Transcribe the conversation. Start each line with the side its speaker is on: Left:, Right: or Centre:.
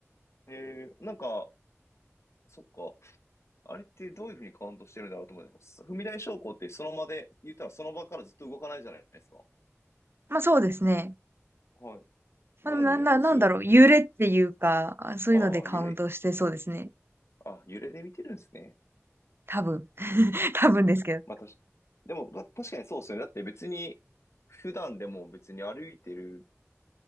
Left: へえー、なんか、そっか。あれってどういうふうにカウントしてるんだろうと思う。踏み台昇降ってその場で、言ったらその場からずっと動かないじゃないですか。
Right: まあそうですね。
Left: はい。なのに歩数、
Right: まあ、でもな、な、なんだろう、揺れっていうか、あそういうのでカウントしてそうですね。
Left: ああ、揺れ、あ、揺れで見てるんですね。
Right: 多分。<laughs> 多分ですけど。
Left: まあ、たし、でも、ま確かにそうですよね。だって別に、普段でも別に歩いてる、